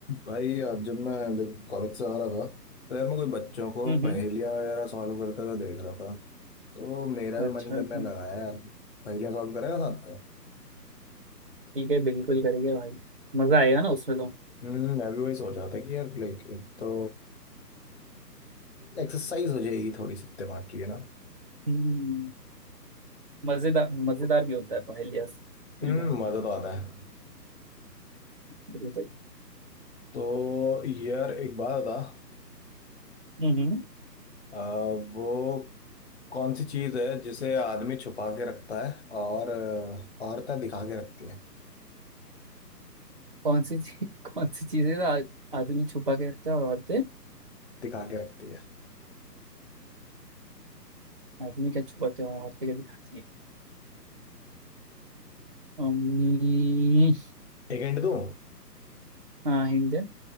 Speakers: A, on the left; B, on the right.
A: भाई आज जब मैं कॉलेज से आ रहा था तो यार मैं कुछ बच्चों को
B: हम्म
A: पहेलियां
B: हम्म,
A: वगैरह सॉल्व करते हुए देख रहा था तो मेरा
B: अच्छा
A: भी मन करने
B: अच्छा
A: लगा है यार पहेलियां सॉल्व करेगा साथ में
B: ठीक है बिल्कुल करेंगे भाई मजा आएगा ना उसमें तो
A: हम्म मैं भी वही सोच रहा था कि यार लाइक एक तो एक्सरसाइज हो जाएगी थोड़ी सी दिमाग की है ना
B: हम्म मजेदार मजेदार भी होता है पहेलियाँ से, सुलझाना
A: हम्म मजा तो आता है
B: बिल्कुल सही।
A: तो यार एक बात बता
B: हम्म हम्म,
A: अ, वो कौन सी चीज है जिसे आदमी छुपा के रखता है और अ, औरतें दिखा के रखती हैं
B: कौन सी चीज <laughs> कौन सी चीजें आ- आदमी छुपा के रखता है और औरतें
A: दिखा के रखती है
B: आदमी क्या छुपाते हैं और औरतें क्या दिखाती है अम्म,
A: एक हिंट दूं
B: हाँ हिंट दे।